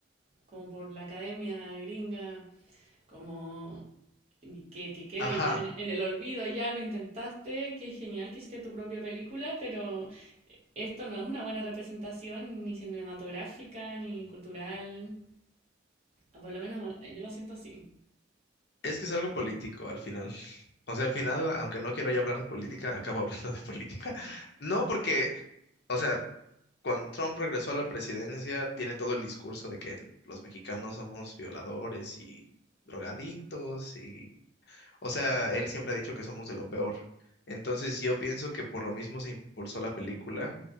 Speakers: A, on the right; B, on the left.
A: como por la academia gringa, como y que, que quede
B: ajá.
A: ya en, en el olvido, ya lo intentaste, qué genial que hiciste tu propia película, pero eh, esto no es una buena representación ni cinematográfica ni cultural, Ah, por lo menos ah, yo lo siento así.
B: Es que es algo político al final. O sea, al final, aunque no quiero ya hablar de política, acabo <laughs> hablando de política. No porque, o sea, cuando Trump regresó a la presidencia, tiene todo el discurso de que los mexicanos somos violadores y drogadictos y O sea, él siempre ha dicho que somos de lo peor. Entonces yo pienso que por lo mismo se impulsó la película,